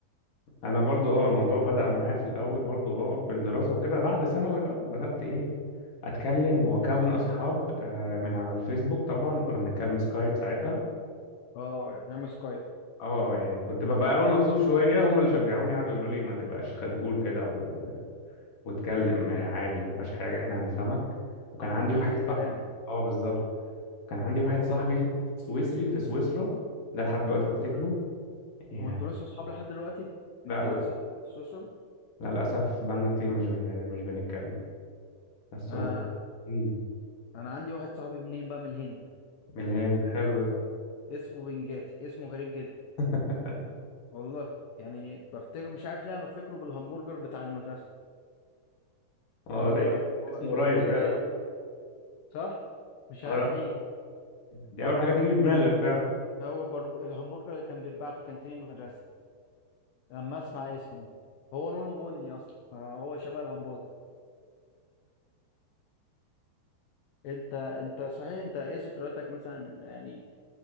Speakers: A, on the left; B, on the left.
A: أنا برضو اه الموضوع بدأ معايا في الأول برضو اه بالدراسة وكده بعد ثانوي بقى بدأت إيه أتكلم وأكون أصحاب آه من على الفيسبوك طبعا وكنا بنتكلم سكايب ساعتها
B: اه نعمل سكايب
A: اه يعني كنت ببقى اول مكسوف شويه هم اللي شجعوني قعدوا يقولوا لي ما تبقاش خجول كده و... واتكلم عادي ما فيهاش حاجه احنا هنفهمك وكان عندي
B: نفس
A: واحد
B: الكلام
A: صاحبي اه بالظبط كان عندي واحد صاحبي سويسري في سويسرا ده لحد دلوقتي بفتكره يعني
B: هو انتوا لسه اصحاب لحد دلوقتي مع
A: لا
B: صاحب في سويسرا
A: لا للاسف بقالنا كتير مش بن... مش بنتكلم بس
B: آه
A: هو مم.
B: انا عندي واحد صاحبي منين بقى من الهند
A: من الهند حلو ده
B: اسمه بنجاتي اسمه غريب جدا
A: <laughs>
B: والله يعني بفتكر مش عارف ليه أنا بفتكره بالهمبرجر بتاع المدرسة
A: اه
B: والله
A: ده إيه؟
B: هو
A: اسمه قريب
B: بنجاتي
A: فعلا
B: صح مش
A: قريب.
B: عارف ليه
A: دي اول حاجه تيجي في دماغك فعلا
B: هو برجو... الهمبرجر اللي كان بيتباع في كانتين المدرسة لما اسمع اسمه هو لونه بني اصلا فهو شبه الهمبرجر انت انت صحيح انت ايه ذكرياتك مثلا يعني